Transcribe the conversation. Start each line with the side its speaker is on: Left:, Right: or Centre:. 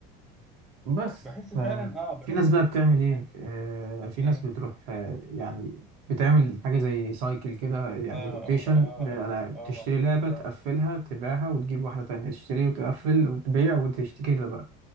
Right: بس
Centre: بحس
Right: ف-
Centre: فعلا اه بحس
Right: في ناس بقى
Centre: ان
Right: بتعمل ايه
Centre: يعني
Right: آه في ناس
Centre: إيه،
Right: بتروح آه يعني بتعمل حاجة زي سايكل كده يعني
Centre: اه اه
Right: روتيشن
Centre: اه
Right: للألعاب
Centre: اه اه
Right: تشتري لعبة
Centre: اه
Right: تقفلها
Centre: فاهم
Right: تبيعها وتجيب واحدة تانية تشتري وتقفل وتبيع وتشتري كده بقى